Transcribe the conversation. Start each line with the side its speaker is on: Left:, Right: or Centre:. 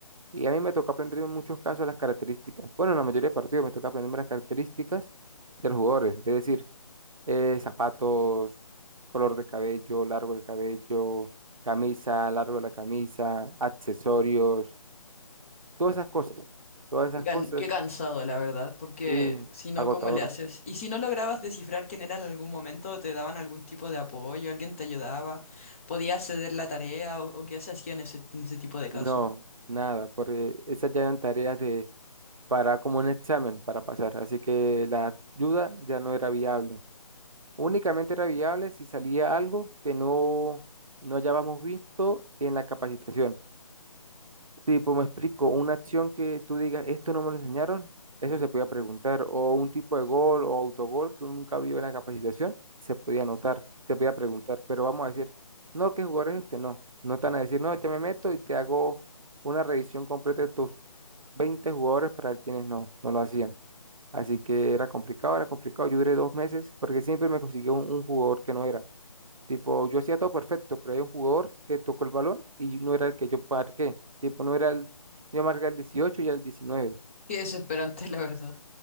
Right: Y a mí me tocó aprender en muchos casos las características. Bueno, en la mayoría de partidos me toca aprenderme las características de los jugadores. Es decir, eh, zapatos, color de cabello, largo del cabello, camisa, largo de la camisa, accesorios, todas esas cosas. Todas
Left: Qué
Right: esas
Left: can-
Right: cosas,
Left: qué cansado, la verdad, porque
Right: sí,
Left: si no,
Right: agotador.
Left: ¿cómo le haces? Y si no lograbas descifrar quién era en algún momento, te daban algún tipo de apoyo, alguien te ayudaba, podías ceder la tarea o, o qué se hacía en ese, en ese tipo de casos.
Right: No, nada, porque esas ya eran tareas de, para como un examen para pasar. Así que la ayuda ya no era viable. Únicamente era viable si salía algo que no, no hayábamos visto en la capacitación. Tipo, me explico, una acción que tú digas, esto no me lo enseñaron, eso se podía preguntar. O un tipo de gol o autogol que uno nunca vio en la capacitación, se podía anotar, se podía preguntar. Pero vamos a decir, no, ¿qué jugador es este? No. No están a decir, no, ya me meto y te hago una revisión completa de tus 20 jugadores para ver quienes no, no lo hacían. Así que era complicado, era complicado. Yo duré dos meses porque siempre me consiguió un, un jugador que no era. Tipo, yo hacía todo perfecto, pero hay un jugador que tocó el balón y no era el que yo marqué. Tipo, no era el, yo marqué el 18 y el diecinueve
Left: Qué desesperante, la verdad.